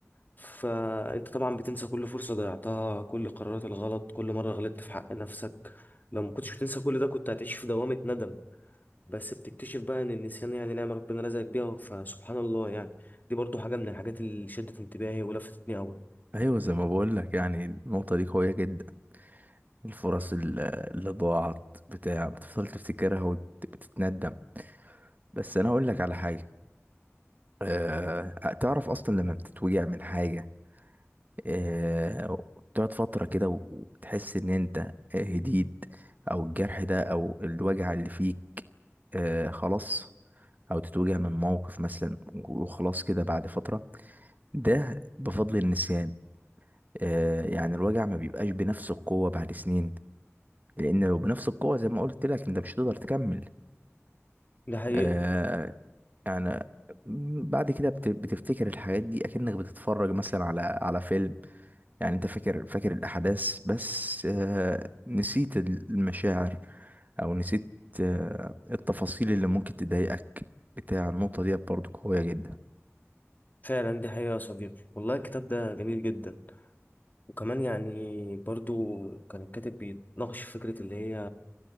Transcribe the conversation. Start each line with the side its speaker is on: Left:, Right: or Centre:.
Left: فانت طبعا بتنسى كل فرصه ضيعتها كل القرارات الغلط كل مره غلطت في حق نفسك لو ما كنتش بتنسى كل ده كنت هتعيش في دوامه ندم بس بتكتشف بقى ان النسيان يعني نعمه ربنا رزقك بيها فسبحان الله يعني دي برضو حاجه من الحاجات اللي شدت انتباهي ولفتتني قوي
Right: ايوه زي ما بقول لك يعني النقطه دي قويه جدا الفرص ال- اللي ضاعت بتاع بتفضل تفتكرها وبتتندم بس انا اقول لك على حاجه أه تعرف اصلا لما بتتوجع من حاجه أه بتقعد فتره كده و- وتحس ان انت آه، هديت او الجرح ده او الوجع اللي فيك أه خلاص او تتوجع من موقف مثلا وخلاص كده بعد فتره ده بفضل النسيان أه يعني الوجع ما بيبقاش بنفس القوه بعد سنين لان لو بنفس القوه زي ما قلت لك انت مش هتقدر تكمل
Left: ده حقيقة
Right: آه يعني بعد كده بت- بتفتكر الحاجات دي اكنك بتتفرج مثلا على على فيلم يعني انت فاكر فاكر الاحداث بس آه، نسيت المشاعر او نسيت آه، التفاصيل اللي ممكن تضايقك بتاع النقطة دي برضو قوية جدا
Left: فعلا دي حقيقة يا صديقي والله الكتاب ده جميل جدا وكمان يعني برضو كان الكاتب بيناقش فكرة اللي هي